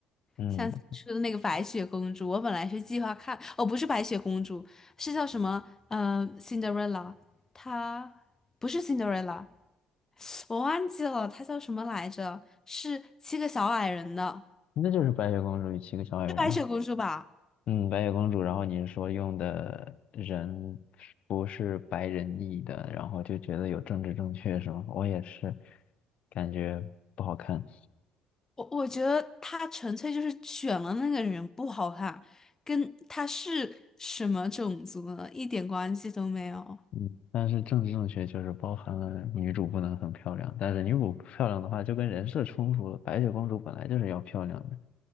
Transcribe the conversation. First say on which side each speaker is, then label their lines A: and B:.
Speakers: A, on the left (about 55°); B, on the left (about 20°).
A: 嗯，
B: 像最初的那个《白雪公主》，我本来是计划看，哦，不是《白雪公主》，是叫什么？嗯，《c i n d e r e l l a 它不是 Cinderella，我忘记了，它叫什么来着？是七个小矮人的，
A: 那就是白雪公主与七个小矮人。
B: 是《白雪公主》吧？
A: 嗯，白雪公主，然后你是说用的人不是白人裔的，然后就觉得有政治正确是吗？我也是，感觉不好看。
B: 我我觉得他纯粹就是选了那个人不好看，跟他是什么种族呢，一点关系都没有。
A: 嗯，但是政治正确就是包含了女主不能很漂亮，但是女主不漂亮的话就跟人设冲突了。白雪公主本来就是要漂亮的。